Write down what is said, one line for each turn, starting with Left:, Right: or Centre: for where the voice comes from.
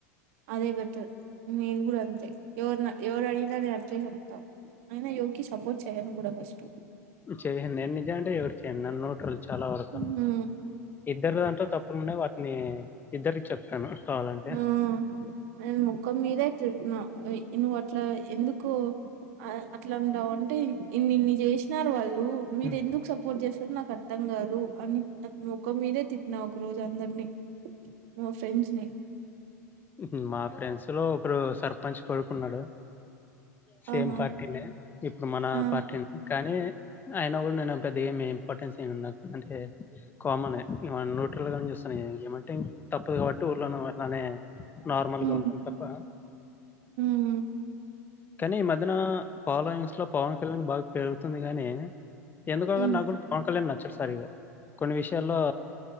Right: అదే బెటర్ నేను గుడా అంతే, ఎవర్న ఎవరు అడిగినా నేనట్లే చెప్తా. అయినా యోకి సపోర్ట్ చేయ్యను కూడా ఫస్టు.
Left: చేయండి నేను నిజ అంటే ఎవరికి చేయను నేన్ న్యూట్రల్ చాలా వరకు.
Right: ఉమ్,
Left: ఇద్దరు దాంట్లో తప్పులున్నయ్ వాటిని ఇద్దరికి చెప్తాను కావాలంటే.
Right: ఆ నేను ముడు కొన్ని మీదే తిరుతున్నా, ఏంది నువ్వు అట్లా ఎందుకు ఆ అట్లా ఉండావు అంటే ఇన్ని ఇన్ని చేసినారు వాళ్ళు. మీరు
Left: ఉమ్,
Right: ఎందుకు సపోర్ట్ చేస్తరు నాకు అర్థం కాదు అని, త మొకం మీదే తిట్టిన ఒక రోజు అందరినీ మ ఫ్రెండ్చ్ ని
Left: ఉహు మా ఫ్రెండ్స్ లో ఒకరు సర్పంచ్ కొడుకున్నడు. సేమ్
Right: ఆహా
Left: పార్టీనే ఇప్పుడు మన
Right: ఆ
Left: పార్టీనే కానీ అయిన గుడ నేనో పెద్ద ఏమి ఇంపార్టెన్స్ ఏంలే నాకు అంటే కామనే న్యూట్రల్ గానే చూస్తున్నయే ఏమంటే తప్పదు కాబట్టి ఊర్లోన అట్లనే నార్మల్
Right: ఉమ్
Left: గా ఉంటం తప్ప
Right: ఉమ్
Left: కానీ ఈ మధ్యన ఫాలోయింగ్స్ లో పవన్ కళ్యాణ్ బాగా పెరుగుతుంది గాని ఎందుకోగని
Right: ఉమ్
Left: నా గుడ పవన్ కళ్యాణ్ నచ్చడు సరిగ్గా కొన్ని విషయాల్లో